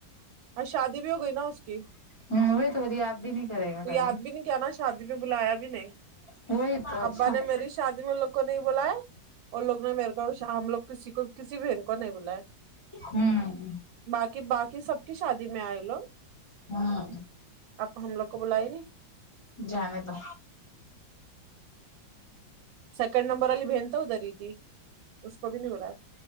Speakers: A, on the right (about 85°); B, on the left (about 20°).
A: اور شادی بھی ہو گئی نا اس کی
B: وہی تو مجھے یاد بھی نہیں کرے
A: تو
B: گا
A: یاد
B: کبھی
A: بھی نہیں کیا نا شادی بلایا بھی نہیں
B: وہی تو اچھا
A: ابا نے
B: ہوں
A: میری شادی میں لوگ کو نہیں بلایا اور لوگ نے میرے کو شام لوگ کسی کو کسی بہن کو نہیں بلاائے
B: امم
A: باقی باقی سب کی شادی میں آئے لوگ
B: ہوں
A: آپ ہم لوگ کو بلائے نہیں
B: جانے دو
A: سیکنڈ نمبر والی بہن تو ادھر ہی تھی اس کو بھی نہیں ہو رہا ہے